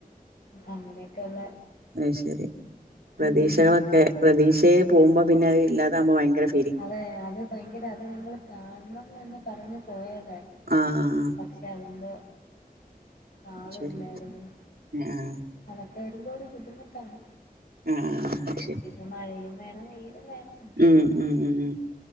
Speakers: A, on the left (about 85°); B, on the right (about 75°).
A: അങ്ങനെയൊക്കെയുള്ള
B: അത് ശരി പ്രതീക്ഷകളൊക്കെ
A: ഉം
B: പ്രതീക്ഷയേ പോകുമ്പോ പിന്നെ അത് ഇല്ലാതാകുമ്പോ ഭയങ്കര സ
A: അതെ അത് ഭയങ്കര അത് ഞങ്ങള് കാണണം എന്ന് പറഞ്ഞു പോയതായിരുന്നു
B: ആഹ്
A: പക്ഷെ അതെന്തോ ആളു
B: ശരി
A: ഇല്ലായിരുന്നു
B: ആഹ്
A: അതൊക്കെ വരുമ്പോ ഒരു ബുദ്ധിമുട്ടാണ്
B: ആഹ് ആഹ് അത്ശരി
A: പിന്നെ മഴയും വേണം വെയിലും വേണം
B: ഉം ഉം ഉം ഉം